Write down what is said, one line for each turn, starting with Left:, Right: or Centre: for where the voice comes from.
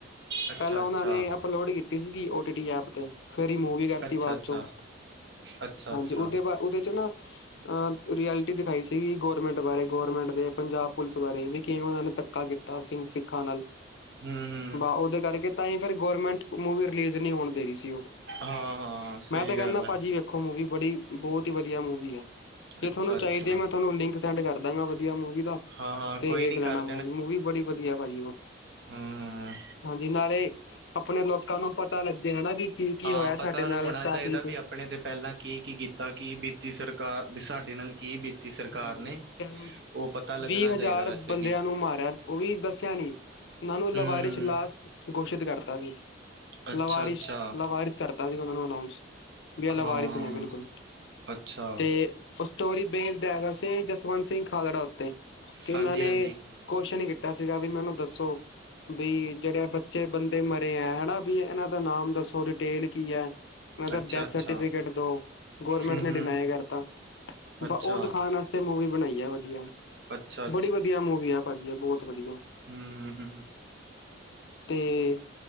Right: ਅੱਛਾ
Left: ਪਹਿਲਾਂ ਉਹਨਾਂ
Right: ਅੱਛਾ
Left: ਨੇਂ ਅਪਲੋਡ ਕੀਤੀ ਸੀਗੀ ਓ-ਟੀ-ਟੀ ਐਪ ਤੇ। ਫੇਰ ਰਿਮੂਵ ਵੀ ਕਰਤੀ
Right: ਅੱਛਾ
Left: ਬਾਦ
Right: ਅੱਛਾ
Left: ਚੋਂ।
Right: ਅੱਛਾ,
Left: ਹਾਂਜੀ
Right: ਅੱਛਾ।
Left: ਉਹਦੇ ਬਾ ਉਹਦੇ ਚ ਨਾਂ ਅਹ ਰਐਲਿਟੀ ਦਿਖਾਈ ਸੀ। ਸੀਗੀ ਗੋਰਮੈਂਟ ਬਾਰੇ, ਗੋਰਮੈਂਟ ਦੇ ਪੰਜਾਬ ਪੁਲਿਸ ਬਾਰੇ ਵੀ ਕਿਵੇਂ ਉਹਨਾਂ ਨੇਂ ਧੱਕਾ ਕੀਤਾ ਸੀ ਸਿੱਖਾਂ ਨਾਲ।
Right: ਹਂ
Left: ਵ ਉਹਦੇ ਕਰਕੇ ਤਾਂਹੀ ਫੇਰ ਗੌਰਮੈਂਟ ਮੁਵ ਰਿਲੀਜ਼ ਨ੍ਹੀਂ ਹੋਣ ਦੇ ਰਹੀ ਸੀ ਉਹ,
Right: ਹਾਂ ਹਾਂ ਸਹੀ
Left: ਮੈਂ ਤਾਂ ਕਹਿਣਾ
Right: ਗੱਲ ਹੈ
Left: ਵੇਖੋ ਮੂਵੀ ਬੜੀ, ਬਹੁਤ ਹੀ ਵਧੀਆ ਮੂਵੀ ਐ। ਜੇ
Right: ਅੱਛਾ
Left: ਤੁਹਾਨੂੰ
Right: ਅੱਛਾ
Left: ਚਾਹੀਦੀ ਐ ਮੈਂ ਤੁਹਾਨੂੰ ਲਿੰਕ ਸੈਂਡ ਕਰ ਦਾਂਗਾ, ਵਧੀਆ ਮੂਵੀ ਦਾ
Right: ਹਾਂ-ਹਾਂ
Left: ਤੇ
Right: ਕੋਈ
Left: ਵੇਖ
Right: ਨੀ
Left: ਲੈਣਾ
Right: ਕਰ
Left: ਮੂਵੀ ਮੂਵੀ ਬੜੀ ਵਧੀਆ ਪਾਜੀ ਉਹ।
Right: ਹਂ
Left: ਹਾਂਜੀ, ਨਾਲੇ ਆਪਣੇ ਲੋਕਾਂ ਨੂੰ ਪਤਾ ਲੱਗਦੇ ਹਨਾਂ ਵੀ ਕੀ ਕੀ
Right: ਹਾਂ
Left: ਹੋਇਆ
Right: ਪਤਾ
Left: ਸਾਡੇ ਨਾਲ
Right: ਹੋਣਾ
Left: ਰ ਸਟਾਰਟਿੰਗ
Right: ਚਾਹੀਦਾ
Left: ਚ
Right: ਵੀ ਆਪਣੇ ਤੇ ਪਹਿਲਾਂ ਕੀ-ਕੀ ਕੀਤਾ ਕਿ ਬੀਤੀ ਸਰਕਾਰ ਵੀ ਸਾਡੇ ਨਾਲ ਕੀ ਬੀ ਸਰਕਾਰ
Left: ਹਾਂ
Right: ਨੇ
Left: ਟਾਈਮ
Right: ਉਹ ਪਤਾ ਲੱਗਣਾ
Left: ਵੀਹ ਹਜ਼ਾਰ
Right: ਚਾਹੀਦਾ ਵੈਸੇ
Left: ਬੰਦਿਆਂ
Right: ਵੀ।
Left: ਨੂੰ ਮਾਰਿਆ ਉਹ ਵੀ ਦੱਸਿਆ ਨੀ ਉਹਨਾਂ ਨੂੰ ਲਵਾਰਿਸ਼
Right: ਹੂੰ-ਹੂੰ
Left: ਲਾਸ਼ ਘੋਸ਼ਿਤ ਕਰਤਾ ਸੀ,
Right: ਅੱਛਾ-ਅੱਛਾ
Left: ਲਵਾਰਿਸ਼ ਲਵਾਰਸ਼ ਕਰਤਾ ਸੀ ਉਹਨਾਂ ਨੂੰ ਅਨਾਊਂਸ ਵੀ ਇਹ
Right: ਹਾਂ-ਹਾਂ
Left: ਲਵਾਰਿਸ ਨੇਂ ਬਿਲਕੁਲ,
Right: ਅੱਛਾ
Left: ਤੇ ਉਹ ਸਟੋਰੀ ਬੇਸਡ ਹੇਗਾ ਸੀ, ਜਸਵੰਤ ਸਿੰਘ ਖਾਲੜਾ ਉੱਤੇ, ਤੇ ਉਹਨਾਂ
Right: ਹਾਂਜੀ-ਹਾਂਜੀ
Left: ਨੇਂ ਕੁਛ ਨਈ ਕੀਤਾ ਸੀਗਾ, ਵੀ ਮੈਨੂੰ ਦੱਸੋ ਬਈ ਜਿਹੜੇ ਬੱਚੇ ਬੰਦੇ ਮਰੇ ਐ ਹਨਾਂ ਵੀ ਇਹਨਾਂ ਦਾ ਨਾਮ ਦੱਸੋ? ਡਿਟੇਲ ਕੀ ਐ? ਉਹਨਾਂ ਦਾ
Right: ਅੱਛਾ-ਅੱਛਾ
Left: ਡੈਥ ਸਰਟੀਫਿਕੇਟ ਦੋ, ਗੌਰਮੈਂਟ
Right: ਹੂੰ-ਹੂੰ
Left: ਨੇ ਡਿਨਾਈ ਕਰਤਾ,
Right: ਅੱਛਾ
Left: ਬਾ ਉਹ ਖਾਣ
Right: ਅੱਛਾ-ਅੱਛਾ ਹੂੰ ਹੂੰ ਅੱਛਾ
Left: ਵਸਤੇ ਮੂਵੀ ਬਣਾਈ ਆ ਵਧੀਆ,
Right: ਅੱਛਾ
Left: ਬੜੀ ਵਧੀਆ ਮੂਵੀ ਆ ਪਾਜੀ ਬਹੁਤ ਵਧੀਆ।
Right: ਹਂ, ਹਂ।
Left: ਤੇ